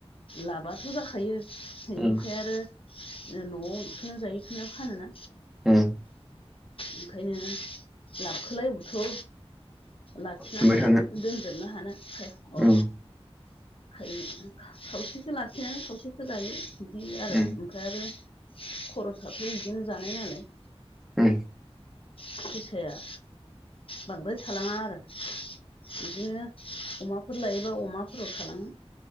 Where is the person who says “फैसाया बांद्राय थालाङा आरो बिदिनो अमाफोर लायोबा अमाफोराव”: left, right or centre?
Left